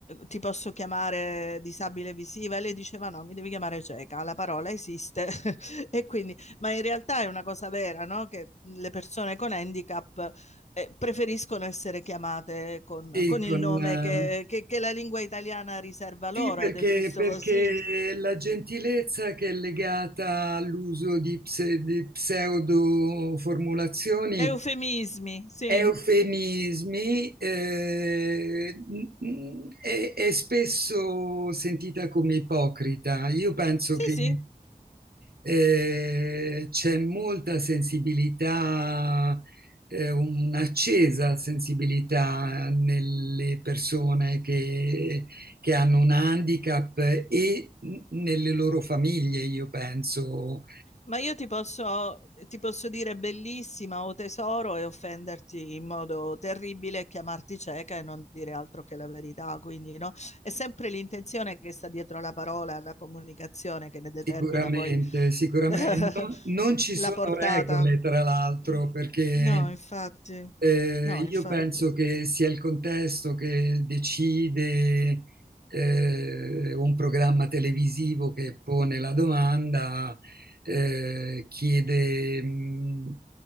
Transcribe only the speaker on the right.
Sì,
con,
eh,
Sì,
perché,
perché
la gentilezza che è legata all'uso di, pse- di pseudo formulazioni
eufemismi, eh, n- n- è, è spesso sentita come ipocrita. Io penso
che
eh, c'è molta sensibilità, eh, un'accesa sensibilità nelle persone che, che hanno un handicap e n- nelle loro famiglie, io penso.
Sicuramente,
sicuramente.
Non, non ci
sono
regole, tra l'altro,
perché
eh,
io penso che sia il contesto che decide eh, un programma televisivo che pone la domanda, eh, chiede, mh,